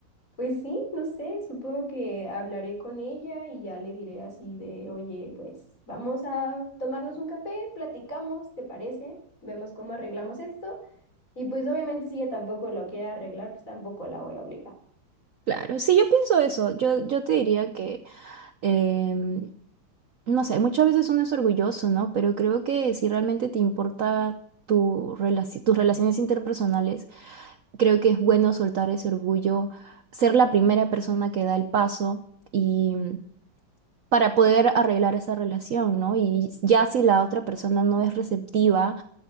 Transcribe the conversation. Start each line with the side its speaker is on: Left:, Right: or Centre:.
Left: pues sí, no sé, supongo que hablaré con ella y ya le diré así de, oye, pues vamos a tomarnos un café, platicamos, ¿te parece? Vemos cómo arreglamos esto. Y pues obviamente si ella tampoco lo quiere arreglar, pues tampoco la voy a obligar.
Right: claro. Sí, yo pienso eso. Yo, yo te diría que em, no sé, muchas veces uno es orgulloso, ¿no? Pero creo que si realmente te importa tu relaci- tus relaciones interpersonales, creo que es bueno soltar ese orgullo, ser la primera persona que da el paso y mm, para poder arreglar esa relación, ¿no? Y ya si la otra persona no es receptiva,